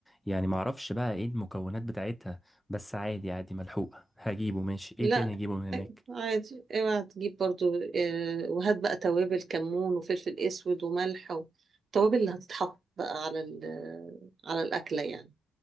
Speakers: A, in the centre; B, on the right.
A: يعني معرفش بقى ايه المكونات بتاعتها بس عادي عادي ملحوقه هجيبه ماشي ايه
B: لا
A: تاني هجيبه من هناك
B: عادي اوعى تجيب برضو آه، وهات بقى توابل كمون وفلفل أسود وملح والتوابل اللي هتتحط بقى على ال- على الأكلة يعني